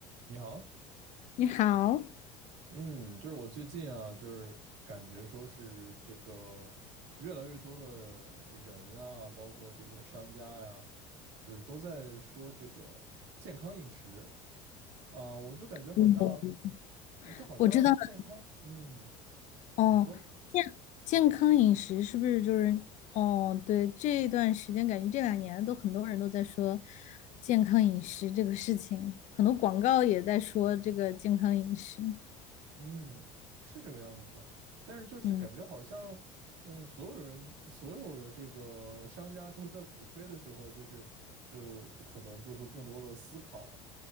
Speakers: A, on the right; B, on the left.
A: 你好，
B: 你好，
A: 嗯，就是我最近啊，就是感觉说是这个越来越多的人啊，包括这个商家呀，就是都在说这个健康饮食啊，我就感觉好像
B: 嗯，
A: 就好像健康，
B: 我知道了
A: 嗯，
B: 哦。
A: 你说，
B: 健健康饮食是不是就是哦？对，这段时间感觉这两年都很多人都在说健康饮食这个事情，很多广告也在说这个健康饮食。
A: 嗯，是这个样子的，但是就是感觉好像，
B: 嗯，
A: 嗯，所有人所有的这个商家都在鼓吹的时候，就是就可能就会更多的思考。